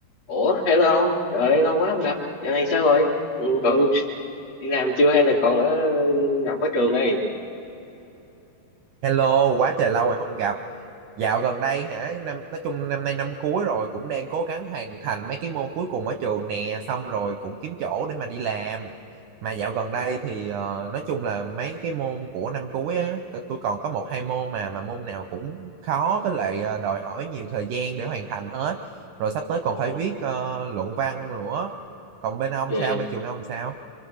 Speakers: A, on the left (about 45°); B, on the right (about 75°).
A: ủa hello ông trời ơi, lâu quá không gặp giờ này sao rồi ừ, còn đi làm chưa hay là còn ở học ở trường đây
B: Hello, quá trời lâu rồi không gặp. Dạo gần đây hả, năm nói chung năm nay năm cuối rồi cũng đang cố gắng hoàn thành mấy cái môn cuối cùng ở trường nè, xong rồi cũng kiếm chỗ để mà đi làm. Mà dạo gần đây thì ờ, nói chung là mấy cái môn của năm cuối á, c- tôi còn có một hai môn mà mà môn nào cũng khó với lại ờ, đòi hỏi nhiều thời gian để hoàn thành hết. Rồi sắp tới còn
A: ờ,
B: phải viết ờ, luận văn nữa. Còn bên ông
A: về
B: sao, bên trường ông sao?